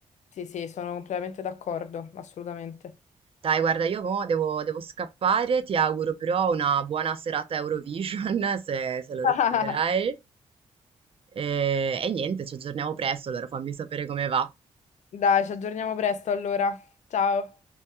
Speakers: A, on the left; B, on the right.
A: Sì, sì, sono completamente d'accordo, assolutamente.
B: Dai, guarda, io mo devo, devo scappare, ti auguro però una buona serata Eurovision, <laughs> se, se lo
A: <laughs>
B: recupererai. E, e niente, ci aggiorniamo presto, allora fammi sapere come va.
A: Dai, ci aggiorniamo presto allora. Ciao.